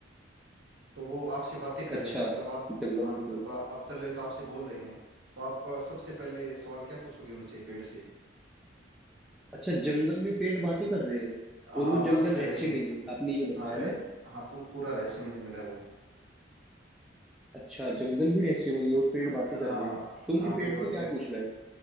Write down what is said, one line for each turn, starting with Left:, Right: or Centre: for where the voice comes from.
Right: तो वो आपसे बातें कर
Centre: अच्छा
Right: रहे हैं मतलब आप
Centre: जंगल
Right: हाँ
Centre: में
Right: तो
Centre: पेड़
Right: बा-
Centre: है।
Right: आप चल रहे हो तो आपसे बोल रहे हैं तो आपका सबसे पहले सवाल क्या पूछोगे उनसे पेड़ से
Centre: अच्छा जंगल में पेड़ बातें कर रहे हैं और
Right: हाँ
Centre: वो
Right: बातें
Centre: जंगल
Right: कर
Centre: रहस्यमयी
Right: रहे हैं
Centre: है आपने ये बताया
Right: हाँ रह
Centre: ना
Right: हाँ पू, पूरा रहस्यमय जंगल है वो
Centre: अच्छा जंगल भी रहस्यमयी है और पेड़ बातें
Right: हाँ
Centre: कर रहे हैं तो मुझे
Right: हाँ पेड़
Centre: पेड़ से
Right: बातें
Centre: क्या
Right: कर
Centre: पूछना है